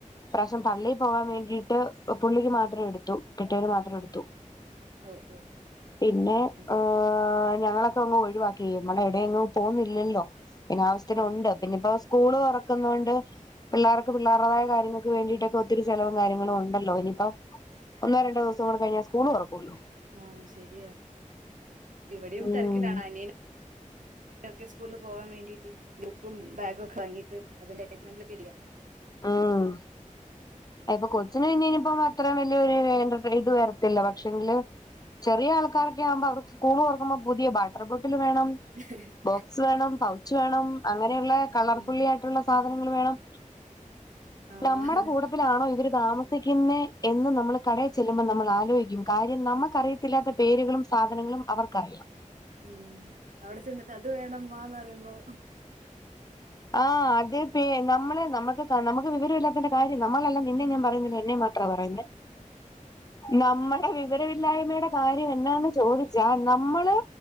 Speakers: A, on the left; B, on the right.
A: ഇപ്രാവശ്യം പള്ളയിൽ പോകാൻ വേണ്ടിട്ട് പുള്ളിക്ക് മാത്രം എടുത്തു കെട്ടിയോന് മാത്രം
B: ആഹ്
A: എടുത്തു
B: ഓഹ് ഓഹ്
A: പിന്നെ
B: ഉം
A: ഏഹ് ഞങ്ങള് അങ്ങ് ഒഴിവാക്കി നമ്മള് എവിടെയെങ്ങും പോകുന്നില്ലല്ലോ പിന്നെ അവശ്യത്തിനുണ്ട്
B: ആഹ്
A: പിന്നിപ്പോ സ്കൂള് തൊറക്കുന്നോണ്ട് പിള്ളേർക്ക് പിള്ളേരുടേതായ കാര്യങ്ങൾക്ക് വേണ്ടിയിട്ടൊക്കെ ഒത്തിരി ചെലവും കാര്യങ്ങളും ഉണ്ടല്ലോ ഇനിയിപ്പം ഒന്നോ രണ്ടോ ദിവസം കൂടികഴിഞ്ഞാ സ്കൂള് തുറക്കൂലോ
B: ആഹ് ശെരിയ ഇവിടെയും
A: ഉം
B: തിരക്കിലാണ് അനി നൊക്കെ സ്കൂളില് പോവാൻ വേണ്ടിട്ട് ബുക്കും ബാഗും ഒക്കെ വാങ്ങിട്ട് അതിന്റെ <unintelligible>
A: ആഹ് അ ഇപ്പൊ കൊച്ചിന് പിന്നെ ഇനിയിപ്പോ അത്രേം വലിയൊരു ഇത് വരത്തില്ല പക്ഷേങ്കില് ചെറിയ ആൾക്കാരൊക്കെ ആകുമ്പോ അവർക്ക് സ്കൂള് തൊറക്കുമ്പോ പുതിയ വാട്ടർ ബോട്ടില് വേണം
B: <unintelligible>
A: ബോക്സ് വേണം പൗച്ച് വേണം അങ്ങനെയുള്ള കളർഫുള്ളി
B: ഉം
A: ആയിട്ടുള്ള സാധനങ്ങള് വേണം
B: ആഹ്
A: നമ്മുടെ കൂട്ടത്തിലാണോ ഇവര് താമസിക്കുന്നെ എന്ന് നമ്മൾ കടയിൽ ചെല്ലുമ്പോൾ നമ്മൾ ആലോചി ക്കും കാര്യം നമുക്കറിയത്തില്ലാത്ത പേരുകളും സാധനങ്ങളും അവർക്കറിയാം
B: ഉം അവിടെ ചെന്നിട്ട് അത് വേണം വാന്ന് പറയുമ്പോ
A: ആഹ് അതേപ്പെ നമ്മള് നമ്മക്ക് നമക്ക് വിവരമില്ലാത്തന്റെ കാര്യം നമ്മളല്ല നിന്നെ ഞാൻ പറയുന്നില്ല എന്നെ മാ ത്രാ പറയുന്നെ നമ്മടെ വിവരമില്ലായ്മയുടെ കാര്യം എന്നാന്ന് ചോദിച്ചാ നമ്മള്